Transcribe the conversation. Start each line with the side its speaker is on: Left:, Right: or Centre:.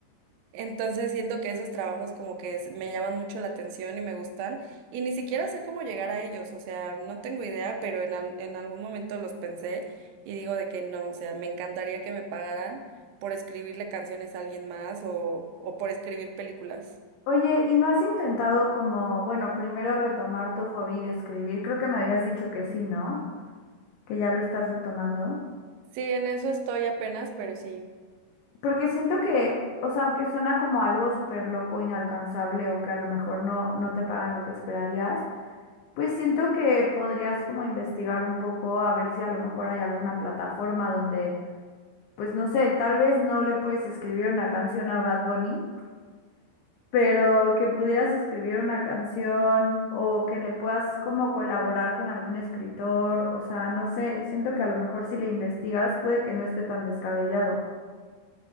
Right: Entonces siento que esos trabajos como que es- me llaman mucho la atención y me gustan y ni siquiera sé cómo llegar a ellos, o sea, no tengo idea, pero en, al- en algún momento los pensé y digo de que no, o sea, me encantaría que me pagaran por escribirle canciones a alguien más o, o por escribir películas.
Left: Oye, ¿y no has intentado como, bueno, primero retomar tu hobby de escribir? Creo que me habías dicho que sí, ¿no? Que ya lo estás retomando.
Right: Sí, en eso estoy apenas, pero sí.
Left: Porque siento que, o sea, aunque suena como algo súper loco, inalcanzable o que a lo mejor no, no te pagan lo que esperarías, pues siento que podrías como investigar un poco a ver si a lo mejor hay alguna plataforma donde, pues no sé, tal vez no le puedes escribir una canción a Bad Bunny. pero que pudieras escribir una canción o que le puedas como colaborar con algún escritor, o sea, no sé, siento que a lo mejor si le investigas puede que no esté tan descabellado.